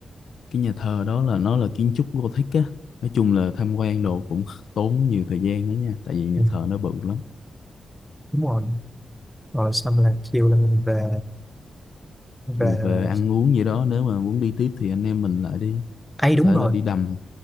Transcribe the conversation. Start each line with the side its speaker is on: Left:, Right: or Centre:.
Left: cái nhà thờ đó là nó là kiến trúc Gothic á nói chung là tham quan đồ cũng tốn nhiều thời gian đó nha tại vì nhà
Centre: Ừ,
Left: thờ nó bự lắm
Centre: đúng rồi rồi xong là chiều là mình về về
Left: Dù về
Centre: ờ,
Left: ăn uống gì đó nếu mà muốn đi tiếp thì anh em mình lại đi
Centre: ấy
Left: có
Centre: đúng
Left: thể
Centre: rồi
Left: là đi đầm